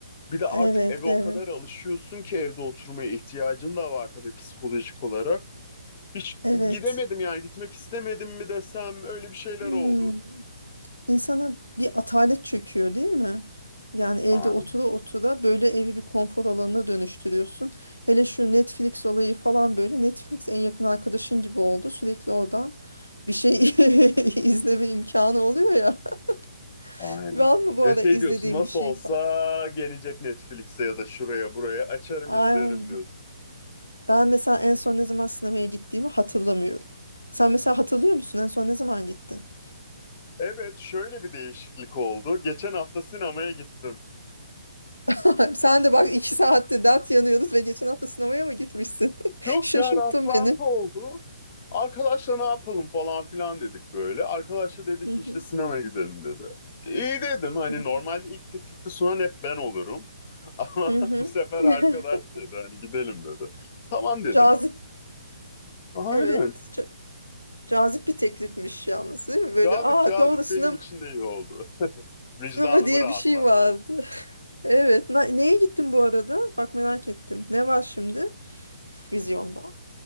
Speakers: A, on the left; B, on the left.
A: bir de artık
B: Evet,
A: eve o
B: evet,
A: kadar alışıyorsun ki evde oturmaya ihtiyacın da var tabii psikolojik olarak. Hiç
B: evet.
A: gidemedim yani gitmek istemedim mi desem öyle bir şeyler
B: Hmm.
A: oldu.
B: İnsana bir atalet çöküyor değil mi? Yani evde
A: Aynen,
B: otura otura böyle evi bir konfor alanına dönüştürüyorsun. Hele şu Netflix olayı falan böyle. Netflix en yakın arkadaşın gibi oldu. Sürekli oradan bir şey <laughs> izleme imkanı oluyor ya. <laughs>
A: aynen.
B: Var mı bu
A: Ve
B: arada
A: şey
B: izlediğin
A: diyorsun nasıl
B: bir şey
A: olsa
B: falan?
A: gelecek Netflix'e ya da şuraya buraya açarım
B: Aynen.
A: izlerim diyorsun.
B: Ben mesela en son ne zaman sinemaya gittiğimi hatırlamıyorum. Sen mesela hatırlıyor musun? En son ne zaman gittin?
A: Evet şöyle bir değişiklik oldu. Geçen hafta sinemaya gittim.
B: <laughs> Sen de bak iki saatte dert yanıyoruz ve geçen hafta sinemaya mı gitmişsin? <laughs>
A: Yok
B: Şaşırttın
A: ya rastlantı
B: beni.
A: oldu. Arkadaşla ne yapalım falan filan dedik böyle. Arkadaşla dedik
B: Hı
A: ki
B: hı.
A: işte sinemaya gidelim dedi. İyi dedim hani
B: Hı hı.
A: normalde ilk teklifi sunan hep ben olurum. <laughs> Ama
B: Hı hı.
A: bu sefer
B: <laughs>
A: arkadaş dedi hani gidelim dedi. Tamam dedim.
B: Cazip,
A: Aynen.
B: evet. Ca- cazip bir teklifmiş yalnız değil mi? Böyle
A: Cazip
B: aa
A: cazip
B: doğru sinema,
A: benim için de iyi oldu. <laughs> Vicdanımı
B: sinema diye
A: rahatlattı.
B: bir şey vardı. <laughs> Evet. Na- neye gittin bu arada? Bak merak ettim. Ne var şimdi? Vizyonda.